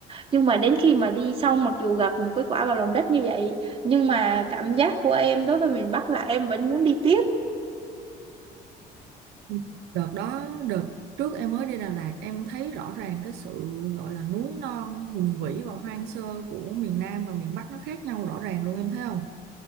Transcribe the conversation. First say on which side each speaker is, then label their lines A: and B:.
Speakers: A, on the right; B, on the right.
A: nhưng mà đến khi mà đi xong mặc dù gặp một cái quả vào lòng đất như vậy nhưng mà cảm giác của em đối với miền Bắc là em vẫn muốn đi tiếp
B: Ừ. đợt đó đợt trước em mới đi Đà Lạt em thấy rõ ràng cái sự gọi là núi non hùng vĩ và hoang sơ của miền Nam và miền Bắc nó khác nhau rõ ràng luôn em thấy không